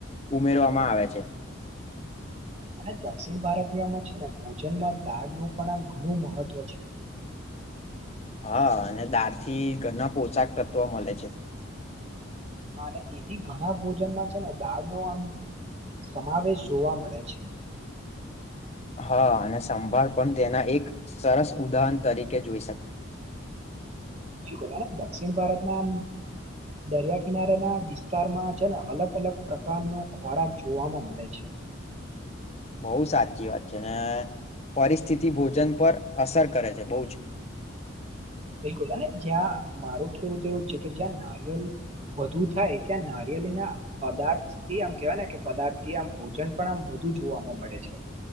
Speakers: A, on the left; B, on the right.
A: ઉમેરવામાં આવે છે
B: અને દક્ષિણ ભારતયમાં છે ને ભોજનમાં દાળનું પણ આમ ઘણું મહત્વ છે <inaudible>
A: હા અને દાર થી ઘણા પોશાક તત્વો મળે છે
B: હા અને તેથી ઘણા ભોજનમાં છે ને દાળ નો આમ સમાવેશ જોવા મળે છે
A: હા અને સંભાળ પણ તેના એક સરસ ઉદાહરણ તરીકે જોઈ શકાય
B: બિલકુલ હ દક્ષિણ ભારતમાં એમ દરિયા કિનારેના વિસ્તારમાં છે ને અલગ અલગ પ્રકારનો ખોરાક જોવાવામાં મળે છે હ <inaudible>
A: બઉ સાચી વાત છે ને પરિસ્થિતિ ભોજન પર અસર કરે છે બહ જ
B: બિલકુલ અને જ્યાં મારું કેવું તો એવું છે કે જ્યાં નારિયેલ વધુ થાય તં નારિયેળ ના પદાર્થ થી આમ કેવાય ને કે પદાર્થ થી આમ ભોજન પણ આમ બું જોવાવામાં મળે છે